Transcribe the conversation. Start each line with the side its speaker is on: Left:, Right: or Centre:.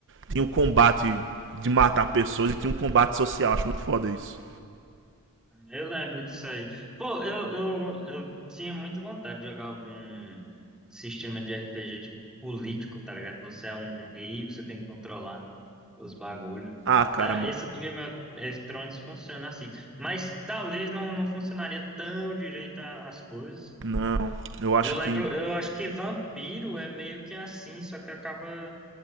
Right: Tinha o combate de matar pessoas e tinha um combate social, acho muito foda isso.
Centre: Eu lembro disso aí. Pô, eu, eu, eu tinha muita vontade de jogar algum sistema de RPG de político, tá ligado? Você é um rei, você tem que controlar os bagulhos.
Right: Ah, cara,
Centre: É, esse do Game of Thrones funciona assim. Mas talvez não, não funcionaria tão direito a- as coisas.
Right: não, eu
Centre: Eu
Right: acho
Centre: lembro,
Right: que.
Centre: eu acho que vampiro é meio que assim, só que acaba.